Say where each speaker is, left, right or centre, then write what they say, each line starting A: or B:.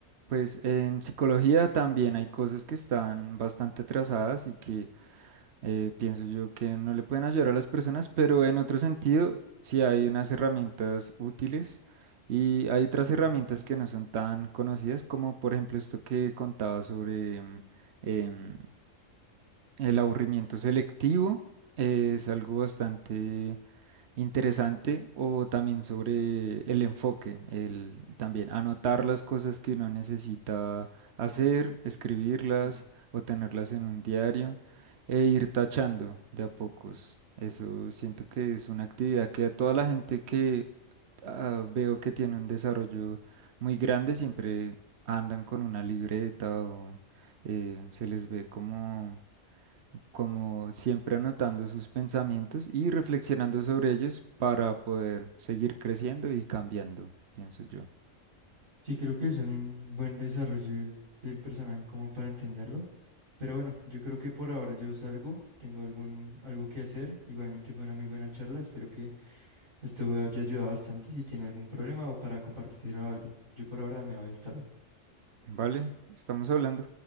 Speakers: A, on the right; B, on the right.
A: pues, en psicología también hay cosas que están bastante atrasadas y que eh, pienso yo que no le pueden ayudar a las personas, pero en otro sentido, sí hay unas herramientas útiles y hay otras herramientas
B: Mm.
A: que no son tan conocidas, como por ejemplo esto que contaba sobre em, em, el aburrimiento selectivo. eh, es algo bastante Interesante o también sobre el enfoque, el también anotar las cosas que uno necesita hacer, escribirlas
B: Sí.
A: o tenerlas en un diario e ir tachando de a pocos. Eso siento que es una actividad que a toda la gente que ah, veo que tiene un desarrollo muy grande siempre andan con una libreta o eh, se les ve como como siempre anotando sus pensamientos y reflexionando sobre ellos para poder seguir creciendo y cambiando, pienso yo.
B: Sí, creo que es un buen desarrollo del del personaje como para entenderlo. Pero bueno, yo creo que por ahora yo salgo, tengo algún, algo que hacer. Igualmente fue una muy buena charla, espero que Este juego ya ayuda bastante si tiene algún problema o para compartirlo a alguien. Yo por ahora me voy, hasta luego.
A: ¿Vale? Estamos hablando.